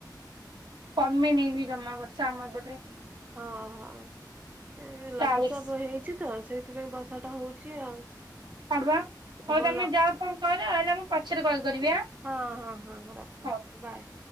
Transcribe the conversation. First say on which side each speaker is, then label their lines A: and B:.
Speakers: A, on the right (about 80°); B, on the right (about 20°).
A: କମିନି ବି ଜମା ବର୍ଷା ଆମ ଏପଟେ।
B: ହଁ ହଁ ଏ ଲଘୁଚାପ
A: ଚାଳିଶ।
B: ହେଇଛି ତ ସେଇଥିପାଇଁ ବର୍ଷା ଟା ହଉଛି ଆଉ।
A: ଆଢୁଆ ହଉ
B: ବୋଲ
A: ତୁମେ ଯାଅ କଣ କର ଆସିଲେ ମୁଁ ପଛରେ କଲ୍ କରିବି। ଆଁ।
B: ହଁ ହଁ ହଁ ରଖ
A: ହଉ।
B: ବାଏ।